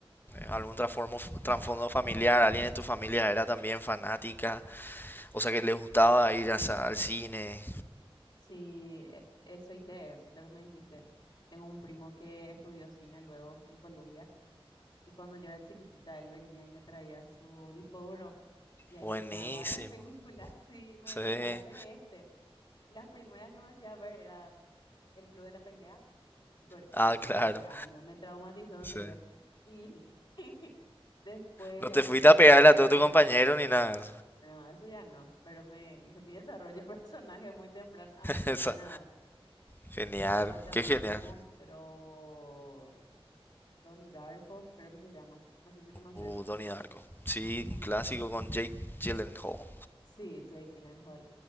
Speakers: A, on the left; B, on the left.
A: algún transformo, trasfondo familiar? ¿Alguien en tu familia era también fanática? O sea, que le gustaba ir a- sa- al cine.
B: Sí, e- eso ITES, lo que me dijiste. Tengo un primo que estudió cine luego en Colombia y cuando yo era chiquitita él venía y me traía su disco duro y ahí
A: Buenísimo.
B: tenía varias películas <laughs> y me
A: Sí.
B: decía, ve este. Y las primeras que me hacía ver era El Club de la Pelea. Yo cor-
A: Ah,
B: tenía
A: claro.
B: 12 años, me traumatizó en
A: Sí.
B: serio. Y <laughs> después
A: No
B: La
A: te
B: Lista
A: fuiste a pegarle
B: de Schindler,
A: a todo tu compañero ni nada.
B: no, eso ya no, pero me hizo mi desarrollo <laughs> de personaje muy temprano, a muy temprana
A: <laughs> Esa.
B: edad.
A: Genial.
B: Después también
A: Qué genial.
B: me mostró Donnie Darko, creo que se llama. No sé si conoces.
A: Uh, Donnie Darko. Sí, un clásico con Jake Gyllenhaal.
B: Sí, Jake Gyllenhaal.